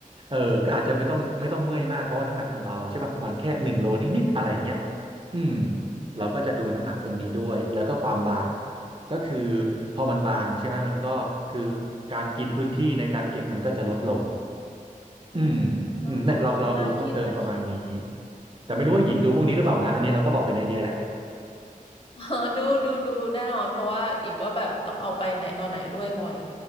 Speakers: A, on the right; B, on the left.
A: เออก็อาจจะไม่ต้องไม่ต้องเมื่อยมากเพราะว่าน้ำหนักมันเบาใช่ป่ะประมาณแค่หนึ่งโลนิดๆอะไรอย่างเงี้ยอืมเราก็จะดูน้ำหนักตรงนี้ด้วยแล้วก็ความบาง
B: อืม
A: ก็คือพอมันบางใช่ไหมมันก็คือการกินพื้นที่ในการเก็บมันก็จะลดลง
B: อืมเออเออน่าคิดน่าคิด
A: อืมอืมเนี่ยเราเราดูเพิ่มเติมประมาณนี้แต่ไม่รู้ว่าหญิงดูพวกนี้หรือเปล่านะอันนี้เราก็บอกเป็นไอเดียแหละ
B: <laughs> เออดูดูดูแน่นอนเพราะว่าหญิงก็แบบต้องเอาไปไหนต่อไหนด้วยบ่อย